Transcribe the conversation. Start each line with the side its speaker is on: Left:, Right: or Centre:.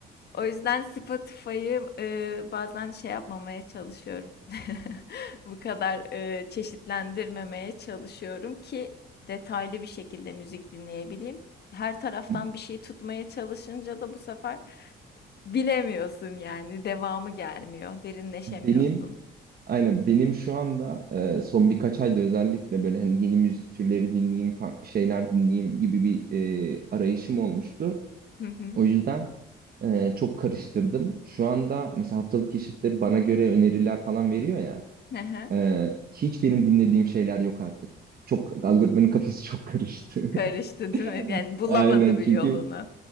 Left: o yüzden Spotify'ı e, bazen şey yapmamaya çalışıyorum. <laughs> Bu kadar e, çeşitlendirmemeye çalışıyorum ki detaylı bir şekilde müzik dinleyebileyim. Her taraftan
Right: <laughs>
Left: bir şey tutmaya çalışınca da bu sefer bilemiyorsun yani devamı gelmiyor, derinleşemiyorsun.
Right: Benim Aynen benim şu anda e, son birkaç ayda özellikle böyle hani yeni müzik türleri dinleyeyim, farklı şeyler dinleyeyim gibi bir e, arayışım olmuştu.
Left: Hı hı.
Right: O yüzden e, çok karıştırdım. Şu anda mesela haftalık keşifte bana göre öneriler falan veriyor ya.
Left: Hı hı.
Right: e, hiç benim dinlediğim şeyler yok artık. Çok algoritmanın kafası çok karıştı.
Left: Karıştı değil mi? Yani
Right: <laughs>
Left: bulamadı
Right: Aynen
Left: bir
Right: çünkü
Left: yolunu.